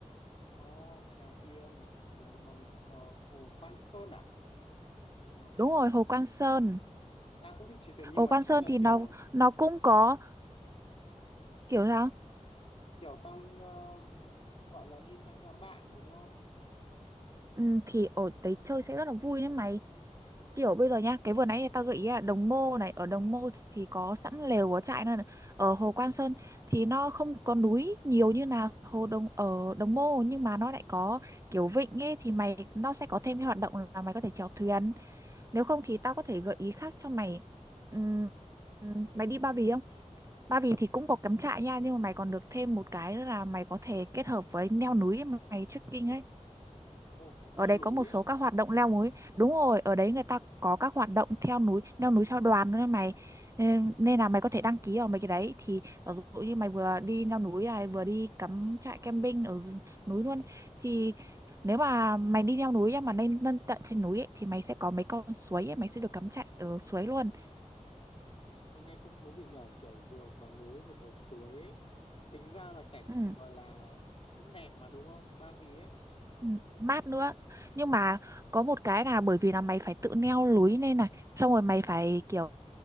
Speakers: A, on the left; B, on the right.
A: ồ chèo thuyền hồ đồng ờ, hồ Quan Sơn à chèo
B: Đúng rồi,
A: thuyền
B: Hồ Quan Sơn.
A: Ta cũng thích chèo thuyền nhưng
B: Ồ
A: mà
B: Quan
A: chắc
B: Sơn
A: là
B: thì
A: kiểu
B: nó nó cũng có kiểu sao?
A: kiểu tao ờ, gọi là đi theo nhóm bạn đúng không
B: Ừ, thì ở đấy chơi sẽ rất là vui đấy mày.
A: Ờ.
B: Kiểu bây giờ nhá, cái vừa nãy tao gợi ý là Đồng Mô này, ở Đồng Mô thì có sẵn lều có trại nên ở Hồ Quan Sơn thì nó không có núi nhiều như là hồ Đồng ở Đồng Mô nhưng mà nó lại có kiểu vịnh ấy thì mày nó sẽ có thêm cái hoạt động là mày có thể chèo thuyền. Nếu không thì tao có thể gợi ý khác cho mày. Ừm, ừm, mày đi Ba Vì không? Ba Vì thì cũng có cắm trại nha nhưng mà mày còn được thêm một cái nữa là mày có thể kết hợp với leo núi mà mày trekking ấy.
A: ồ leo
B: Ở đấy
A: núi
B: có một số
A: à
B: các hoạt động leo núi. Đúng rồi, ở đấy người ta có các hoạt động theo núi, leo núi theo đoàn nữa mày. Nên nên là mày có thể đăng ký vào mấy cái đấy thì ví dụ như mày vừa đi leo núi này, vừa đi cắm trại camping ở núi luôn thì nếu mà mày đi leo núi á, mà lên lên tận trên núi ấy, thì mày sẽ có mấy con suối ấy, mày sẽ được cắm trại ở suối luôn.
A: À, nghe cũng thú vị nhờ kiểu vừa có núi vừa có suối ấy. Tính ra là cảnh
B: Ừ.
A: gọi là cũng đẹp mà đúng không? Ba Vì ấy.
B: Ừ, mát nữa nhưng mà có một cái là bởi vì là mày phải tự neo lưới lên này xong rồi mày phải kiểu